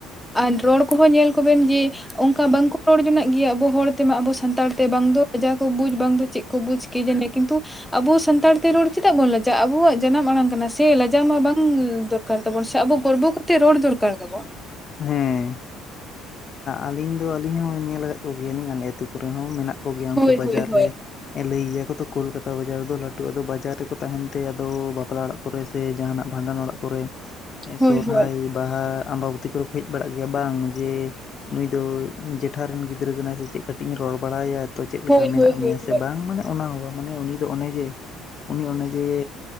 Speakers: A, in the centre; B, on the left.
A: ᱟᱨ ᱨᱚᱲ ᱠᱚᱦᱚᱸ ᱧᱮᱞ ᱠᱚᱵᱮᱱ ᱡᱮ ᱚᱱᱠᱟ ᱵᱟᱝᱠᱚ ᱨᱚᱲ ᱡᱚᱝᱟᱜ ᱜᱮᱭᱟ᱾ ᱟᱵᱚ ᱦᱚᱲ ᱛᱮᱢᱟ ᱟᱵᱚ ᱥᱟᱱᱛᱟᱲ ᱛᱮ ᱵᱟᱝ ᱫᱚ ᱞᱟᱡᱟᱣ ᱵᱩᱡᱽ ᱵᱟᱝ ᱫᱚ ᱪᱮᱫ ᱠᱚ ᱵᱩᱡ ᱠᱤᱡᱟᱱᱤ ᱠᱤᱱᱛᱩ ᱟᱵᱚ ᱥᱟᱱᱛᱟᱲᱛᱮ ᱨᱚᱲ ᱪᱮᱫᱟᱜ ᱵᱚᱱ ᱞᱟᱡᱟᱜᱼᱟ ᱟᱵᱚᱣᱟᱜ ᱡᱟᱱᱟᱢ ᱟᱲᱟᱝ ᱠᱟᱱᱟ ᱥᱮ ᱞᱟᱡᱟᱣ ᱢᱟ ᱵᱟᱝ ᱫᱚᱨ ᱼᱼ ᱫᱚᱨᱠᱟᱨ ᱛᱟᱵᱚᱱ ᱥᱮ ᱟᱵᱚ ᱜᱚᱨᱵᱚ ᱠᱟᱛᱮᱫ ᱨᱚᱲ ᱫᱚᱨᱠᱟᱨ ᱛᱟᱵᱚᱱ
B: ᱦᱮᱸ ᱟᱹᱞᱤᱧ ᱫᱚ ᱟᱹᱞᱤᱧ ᱦᱚᱸ ᱧᱮᱞ ᱟᱠᱟᱫ ᱠᱚᱜᱮᱭᱟᱞᱤᱧ ᱟᱞᱮ ᱟᱹᱛᱩ ᱠᱚᱨᱮ ᱦᱚᱸ ᱢᱮᱱᱟᱜ ᱠᱚᱜᱮᱭᱟ
A: ᱦᱳᱭ
B: ᱩᱱᱠᱩ ᱵᱟᱡᱟᱨ
A: ᱦᱳᱭ ᱦᱳᱭ
B: ᱨᱮ ᱞᱟᱹᱭ ᱜᱮᱭᱟ ᱠᱚ ᱛᱚ ᱠᱳᱞᱠᱟᱛᱟ ᱵᱟᱡᱟᱨ ᱨᱮ ᱫᱚ ᱞᱟᱹᱴᱩ ᱟᱫᱚ ᱵᱟᱡᱟᱨ ᱨᱮᱠᱚ ᱛᱟᱦᱮᱱ ᱛᱮ ᱟᱫᱚ ᱵᱟᱯᱞᱟ ᱚᱲᱟᱜ ᱠᱚᱨᱮ ᱥᱮ ᱡᱟᱦᱟᱱᱟᱜ ᱵᱷᱟᱸᱰᱟᱱ ᱚᱲᱟᱜ ᱠᱚᱨᱮ ᱮ
A: ᱦᱳᱭ
B: ᱥᱚᱨᱷᱟᱭ,
A: ᱦᱳᱭ
B: ᱵᱟᱦᱟ ᱟᱢᱵᱟᱹᱵᱚᱛᱤ ᱠᱚᱨᱮ ᱠᱚ ᱦᱮᱡ ᱵᱟᱲᱟᱜ ᱜᱮᱭᱟ᱾ ᱵᱟᱝ ᱡᱮ ᱱᱩᱭ ᱫᱚ ᱤᱧ ᱡᱮᱴᱷᱟ ᱨᱮᱱ ᱜᱤᱫᱽᱨᱟᱹ ᱠᱟᱱᱟᱭ ᱥᱮ ᱪᱮᱫ ᱠᱟᱹᱴᱤᱡ ᱤᱧ ᱨᱚᱲ ᱵᱟᱲᱟ ᱟᱭᱟ, ᱪᱮᱫ ᱞᱮᱠᱟ
A: ᱦᱳᱭ
B: ᱢᱮᱱᱟᱜ
A: ᱦᱳᱭ ᱦᱳᱭ
B: ᱢᱮᱭᱟ
A: ᱦᱳᱭ
B: ᱥᱮ ᱵᱟᱝ ᱢᱟᱱᱮ ᱚᱱᱟ ᱦᱚᱸ ᱵᱟᱝ ᱢᱟᱱᱮ ᱩᱱᱤ ᱫᱚ ᱚᱱᱮ ᱡᱮ ᱩᱱᱤ ᱚᱱᱮ ᱡᱮ